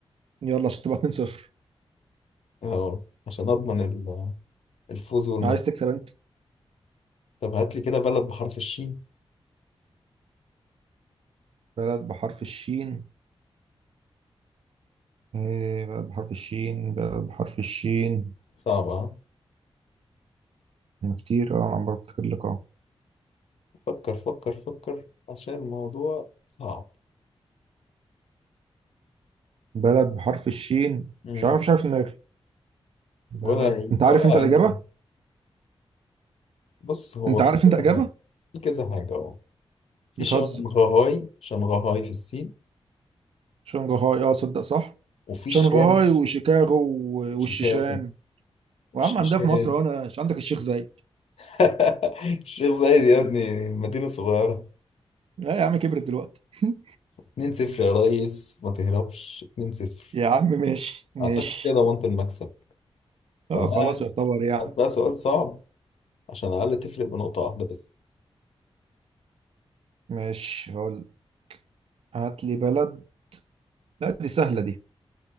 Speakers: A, on the right (about 60°); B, on the left (about 70°).
A: يلا عشان تبقى 2-0
B: أهو عشان أضمن ال- الفوز والمكسب
A: عايز تكسب أنت
B: طب هات لي كده بلد بحرف الشين
A: بلد بحرف الشين إيه بلد بحرف الشين بلد بحرف الشين
B: صعبة ها؟
A: كتير اه عم بفتكر لك
B: فكر فكر فكر عشان الموضوع صعب
A: بلد بحرف الشين
B: مم.
A: مش عارف مش عارف دماغي بلد
B: ولا هي-
A: انت عارف
B: ولا
A: انت الاجابه
B: هجيب بص هو
A: انت
B: في
A: عارف
B: كذا
A: انت اجابه
B: حاجة في كذا حاجة أهو في
A: بتهزر
B: شنغهاي شنغهاي في الصين
A: شنغهاي اه صدق صح
B: وفي
A: شنغهاي
B: الشام
A: وشيكاغو و-
B: شيكاغو
A: والشيشان وعم
B: وشيشان
A: عندها في مصر هنا مش عندك الشيخ زايد
B: <laughs> الشيخ زايد يا ابني مدينة صغيرة
A: لا يا عم كبرت دلوقتي <laughs>
B: 2-0 يا ريس ما تهربش 2-0
A: يا عم ماشي ماشي
B: أعتقد كده ضمنت المكسب
A: اه
B: فبقى
A: خلاص يعتبر يعني
B: هات بقى سؤال صعب عشان على الأقل تفرق بنقطة واحدة بس
A: ماشي هقول هات لي بلد لا دي سهله دي